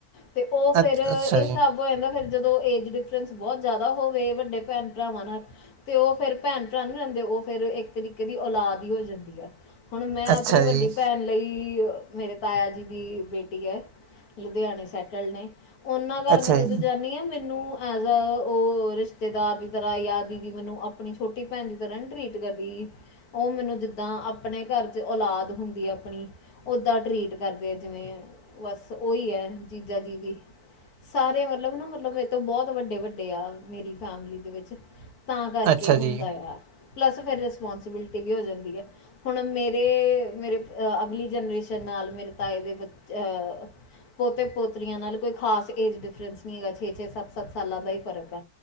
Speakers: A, on the left; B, on the right.
A: ਤੇ ਓ
B: ਅ
A: ਫੇਰ
B: ਅੱਛਾ
A: ਏ
B: ਜੀ
A: ਸ੍ਹਾਬ ਹੋ ਜਾਂਦਾ ਫੇਰ ਜਦੋਂ ਏਜ ਡਿਫਰੈਂਸ ਬੋਤ ਜਾਦਾ ਹੋਵੇ ਵੱਡੇ ਭੈਣ, ਭਰਾਵਾਂ ਨਾਲ। ਤੇ ਓ ਫੇਰ ਭੈਨ ਭਰਾ ਨੀ ਰੈਂਦੇ, ਓ ਫੇਰ ਇੱਕ ਤਰੀਕੇ ਦੀ ਔਲਾਦ ਈ ਹੋ ਜਾਂਦੀ ਆ। ਹੋਣ ਮੈਂ,
B: ਅੱਛਾ
A: ਆਪਣੀ ਵੱਡੀ
B: ਜੀ
A: ਭੈਨ ਲਈ ਅ ਮੇਰੇ ਤਾਏਆ ਜੀ ਦੀ ਬੇਟੀ ਐ, ਲੁਧੇਆਣੇ ਸੈਟਲ ਨੇ ਓਨਾਂ ਘਾਰ
B: ਅੱਛਾ
A: ਮੈਂ
B: ਜੀ
A: ਜਦੋਂ ਜਾਂਨੀ ਆਂ ਮੈਨੂੰ ਐਜ ਅ, ਓ ਰਿਸ਼ਤੇਦਾਰ ਦੀ ਤਰਾ ਯਾ ਦੀਦੀ ਮੈਨੂੰ ਆਪਣੀ ਛੋਟੀ ਭੈਨਦੀ ਤਰਾ ਨੀ ਟ੍ਰੀਟ ਕਰਦੀ ਓ ਮੈਨੂੰ ਜਿੱਦਾਂ, ਆਪਣੇ ਘਾਰ ਚ ਔਲਾਦ ਹੁੰਦੀ ਆ ਆਪਣੀ ਓਦਾ ਟ੍ਰੀਟ ਕਰਦੇ ਆ ਜਿਵੇਂ, ਬਾੱਸ ਓਈ ਐ ਜੀਜਾ ਜੀ ਵੀ। ਸਾਰੇ ਮਤਲਬ ਨਾ ਮਤਲਬ ਮੇਤੋ ਬੋਤ ਵੱਡੇ-ਵੱਡੇ ਆ, ਮੇਰੀ ਫੈਮਲੀ ਦੇ ਵਿੱਚ। ਤਾਂ ਕਾਰਕੇ
B: ਅ- ਅੱਛਾ
A: ਹੁੰਦਾ
B: ਜੀ
A: ਯਾ, ਪਲੱਸ ਫੇਰ ਰਿਸਪੋਂਸੀਬਿਲਟੀ ਵੀ ਹੋ ਜਾਂਦੀ ਆ। ਹੁਣ ਮੇਰੇ, ਮੇਰੇ ਅਗਲੀ ਜਨਰੇਸ਼ਨ ਨਾਲ਼ ਮੇਰੇ ਤਾਏ ਦੇ ਬ ਅ ਪੋਤੇ, ਪੋਤਰੀਆਂ ਨਾਲ ਕੋਈ ਖਾਸ ਏਜ ਡਿਫਰੈਂਸ ਨਈ ਹੈਗਾ ਛੇ ਸਾੱਤ-ਸਾੱਤ ਸਾਲਾਂ ਦਾ ਈ ਫਰਕ ਐ